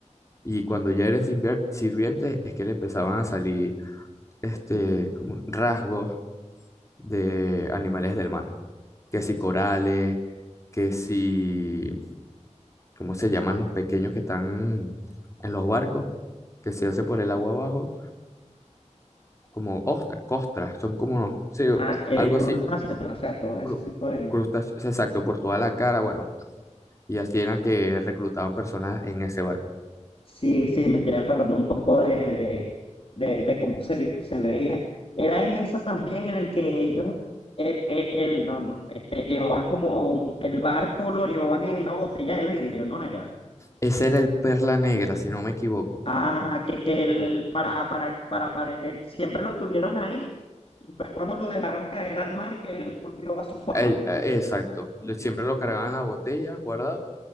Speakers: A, on the left; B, on the left.
A: Y cuando ya eran sinvier- sirvientes es que le empezaban a salir este, como rasgos de animales del mar. Que si corales, que si ¿cómo se llaman los pequeños que están en los barcos? Que se hace por el agua abajo, como ostras, costras, son como, sí,
B: Ah, que
A: algo
B: crustáceos,
A: así,
B: pero o sea, todo ese
A: cru-
B: tipo de...
A: crustáceos, exacto, por toda la cara, bueno, y así eran que reclutaban personas en ese barco.
B: Sí, sí, me estoy de un poco de, de, de- de cómo se, vi- se veía. Era en esa también en el que ellos, el, el, el- no, no, este, llevaban como un- el barco, lo llevaban en una botella de vidrio, ¿no era?
A: Ese era el Perla Negra, si no me equivoco.
B: Ah, que, que el, para, para, para, para- eh, siempre lo tuvieron ahí y fue cuando lo dejaron caer al mar que él volvió a su forma.
A: El- eh, exacto, lo- siempre lo cargaban en la botella, guardado,